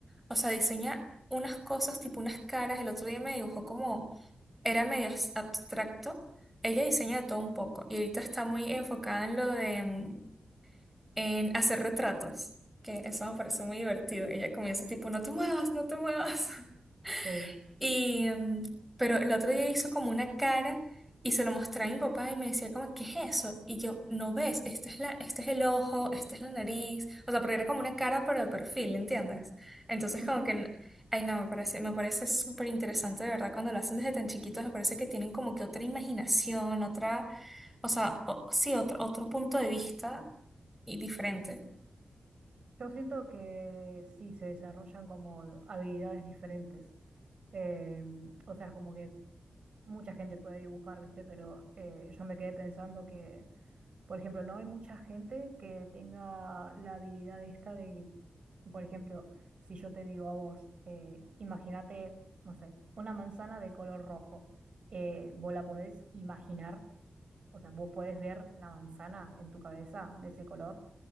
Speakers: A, in the centre; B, on the right.
A: O sea, diseña unas cosas, tipo unas caras. El otro día me dibujó como, era medio abstracto. Ella diseña de todo un poco y ahorita está muy enfocada en lo de mm, en hacer retratos, que eso me parece muy divertido. Ella comienza tipo, no te muevas, no te muevas. <laughs>
B: Sí.
A: Y, mm, pero el otro día hizo como una cara y se lo mostré a mi papá y me decía como, ¿qué es eso? Y yo, no ves, esto es la, este es el ojo, esta es la nariz. O sea, porque era como una cara pero de perfil, ¿entiendes? Entonces
B: Ujú.
A: como que, n- ay no, me parece, me parece súper interesante de verdad cuando lo hacen desde tan chiquitos, me parece que tienen como que otra imaginación, otra, o sea, o- sí, otro, otro punto de vista y diferente.
B: Yo siento que sí, se desarrollan como habilidades diferentes. Eh, o sea, como que mucha gente puede dibujar, ¿viste? Pero eh, yo me quedé pensando que Por ejemplo, no hay mucha gente que tenga la habilidad esta de, por ejemplo, si yo te digo a vos, eh, imagínate, no sé, una manzana de color rojo, eh, vos la podés imaginar, o sea, vos podés ver la manzana en tu cabeza de ese color.